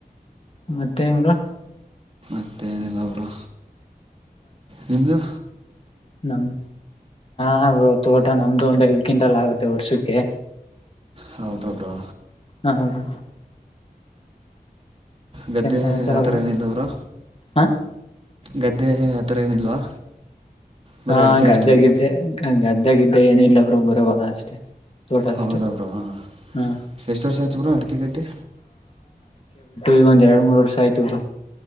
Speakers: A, on the left; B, on the right.
A: ಮತ್ತೆನ್ ಬ್ರೊ.
B: ಮತ್ತೆ ಏನಿಲ್ಲ ಬ್ರೊ ನಿಮ್ದು?
A: ನಮ ಹಾ ಬ್ರೊತ ತೋಟ ನಮ್ದು ಒಂದ್ ಐದ್ ಕ್ವಿಂಟಲ್ ಆಗುತ್ತೆ ವರ್ಷಕ್ಕೆ.
B: ಹೌದ ಬ್ರೊ.
A: ಹಾ ಹೌದು.
B: ಗದ್ದೇ
A: ಸಮಾಚಾರ
B: ಆ ಥರ
A: ಬ್ರೋ
B: ಏನಿಲ್ಲ ಬ್ರೊ
A: ಹಾ
B: ಗದ್ದ್ ಗದ್ದೇ ಆ ಥರ ಏನಿಲ್ವಾ? ಬರೀ
A: ಹಾ
B: ಅಡಿಕೆ
A: ಗದ್ದೆ
B: ಅಷ್ಟೇನಾ
A: ಗಿದ್ದೆ ಗದ್ದೆಗಿದ್ದೆ ಏನ ಇಲ್ಲ ಬ್ರೊ ಬರಿ ಹೊಲ ಅಷ್ಟೇ. ತೋಟ
B: ಹೌದ
A: ಅಷ್ಟೇ
B: ಬ್ರೊ ಹಾಂ
A: ಹಾ
B: ಎಷ್ಟು ವರ್ಷ ಆಯ್ತು ಬ್ರೊ ಅಡಿಕೆ ಕಟ್ಟಿ?
A: ಈಗ್ ಒಂದ್ ಎರಡ್ ಮೂರ್ ವರ್ಷ ಆಯ್ತು ಬ್ರೊ.